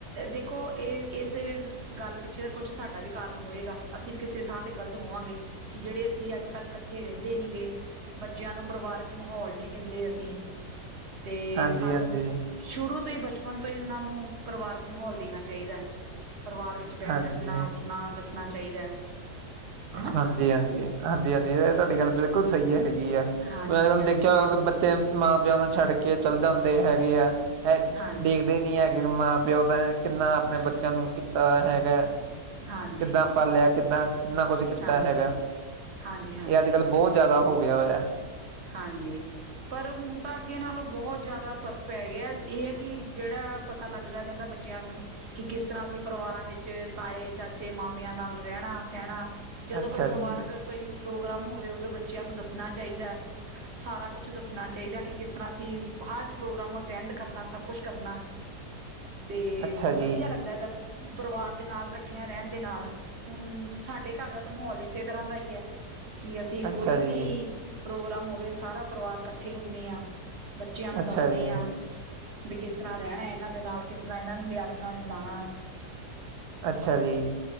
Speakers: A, on the right; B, on the right.
A: ਦੇਖੋ ਇਹ ਇਸ ਗੱਲ ਪਿੱਛੇ ਦਾ ਕੁਛ ਸਾਡਾ ਵੀ ਕਾਰਨ ਹੋਏਗਾ ਅਸੀਂ ਵੀ ਕਿਸੇ ਥਾਂ ਤੇ ਗ਼ਲਤ ਹੋਵਾਂਗੇ ਕਿ ਜਿਹੜੇ ਅਸੀਂ ਅੱਜ ਕੱਲ੍ਹ ਇਕੱਠੇ ਰਹਿੰਦੇ ਨੀ ਗ ਬੱਚਿਆਂ ਨੂੰ ਪਰਿਵਾਰਕ ਮਾਹੌਲ ਨਹੀਂ ਦਿੰਦੇ ਅਸੀਂ ਤੇ
B: ਹਾਂਜੀ
A: ਸਾਨੂੰ
B: ਹਾਂਜੀ
A: ਸ਼ੁਰੂ ਤੋਂ ਹੀ ਬਚਪਨ ਤੋਂ ਹੀ ਉਹਨਾਂ ਨੂੰ ਪਰਿਵਾਰਕ ਮਾਹੌਲ ਦੇਣਾ ਚਾਹੀਦਾ ਹੈ ਪਰਿਵਾਰ ਵਿੱਚ ' ਬੈਠਣਾ
B: ਹਾਂਜੀ
A: ਉੱਠਣਾ ਦੱਸਣਾ ਚਾਹੀਦਾ ਹੈਨਾ
B: ਹਾਂਜੀ ਹਾਂਜੀ ਹਾਂਜੀ ਹਾਂਜੀ ਇਹ ਤੁਹਾਡੀ ਗੱਲ ਬਿਲਕੁਲ ਸਹੀ ਹੈਗੀ ਆ
A: ਹਾਂਜੀ
B: ਕੋਈ ਅੱਜ ਕੱਲ
A: ਹਾਂਜੀ
B: ਦੇਖਿਆ ਹੋ ਕਿ ਮਾਂ ਪਿਓ ਨੂੰ ਛੱਡ ਕੇ ਚੱਲ ਜਾਂਦੇ ਹੈਗੇ ਆ ਇਹ
A: ਹਾਂਜੀ
B: ਦੇਖਦੇ ਨੀ ਹੈਗੇ ਮਾਂ ਪਿਓਦ ਕਿੰਨਾ ਆਪਣੇ
A: ਹ
B: ਬੱਚਿਆਂ ਨੂੰ ਕੀਤਾ ਹੈਗਾ
A: ਹਾਂਜੀ
B: ਕਿੱਦਾਂ ਪਾਲਿਆ ਕਿੱਦਾਂ ਕਿੰਨਾ ਕੁੱਝ ਕੀਤਾ
A: ਹਾਂਜੀ
B: ਹੈਗਾ
A: ਹਾਂਜੀ ਹਾਂਜੀ
B: ਇਹ ਅੱਜ ਕੱਲ੍ਹ ਬੋਤ ਜ਼ਿਆਦਾ ਹੋ ਗਿਆ ਹੋਇਆ
A: ਹਾਂਜੀ ਪਰ ਹੁਣ ਤਾਂ ਅੱਗੇ ਨਾਲੋਂ ਬਹੁਤ ਜ਼ਿਆਦਾ ਫ਼ਰਕ ਪੈ ਗਿਆ ਇਹ ਹੈ ਕਿ ਜਿਹੜਾ ਪਤਾ ਲੱਗਦਾ ਜਾਂਦਾ ਬ ਬੱਚਿਆਂ ਨੂੰ ਕਿ ਕਿਸ ਤਰ੍ਹਾਂ ਅਸੀਂ ਪਰਿਵਾਰਾਂ ਵਿੱਚ ਤਾਏ ਚਾਚੇ ਮਾਮਿਆਂ ਨਾਲ ਰਹਿਣਾ ਸਹਿਣਾ ਜਦੋਂ
B: ਅੱਛਾ
A: ਕੋਈ ਪਰਿਵਾਰਕ
B: ਜੀ
A: ਕੋਈ ਪ੍ਰੋਗਰਾਮ ਹੋਵੇ ਉਦੋਂ ਬੱਚਿਆਂ ਨੂੰ ਦੱਸਣਾ ਚਾਹੀਦਾ ਸਾਰਾ ਕੁਛ ਦੱਸਣਾ ਚਾਹੀਦਾ ਕਿ ਕਿਸ ਤਰ੍ਹਾਂ ਅਸੀਂ ਹਰ ਇੱਕ ਪ੍ਰੋਗਰਾਮ ਨੂੰ ਅਟੈਂਡ ਕਰਨਾ ਸਭ ਕੁਛ ਕਰਨਾ ਤੇ,
B: ਅੱਛਾ
A: ਵਧੀਆ
B: ਜੀ
A: ਲੱਗਦਾ ਏਦਾਂ ਪਰਿਵਾਰ ਦੇ ਨਾਲ, ਇਕੱਠਿਆਂ ਰਹਿਣ ਦੇ ਨਾਲ, ਹੁਣ ਸਾਡੇ ਘਰ ਦਾ ਤਾਂ ਮਾਹੌਲ ਇਸੇ ਤਰ੍ਹਾਂ ਦਾ ਈ ਐ। ਕਿ ਅਸੀਂ
B: ਅੱਛਾ
A: ਕੋਈ
B: ਜੀ
A: ਵੀ ਪ੍ਰੋਗਰਾਮ ਹੋਵੇ, ਸਾਰਾ ਪਰਿਵਾਰ ਇਕੱਠੇ ਹੁੰਨੇ ਆ। ਬੱਚਿਆਂ ਨੂੰ
B: ਅੱਛਾ
A: ਦੱਸਦੇ
B: ਜੀ,
A: ਆ, ਬਈ ਕਿਸ ਤਰ੍ਹਾਂ ਰਹਿਣਾ ਇਹਨਾਂ ਦੇ ਨਾਲ। ਕਿਸ ਤਰ੍ਹਾਂ ਇਹਨਾਂ ਨੂੰ ਲਿਆਕਤ ਨਾਲ ਬਲਾਣਾ।
B: ਅੱਛਾ ਜੀ,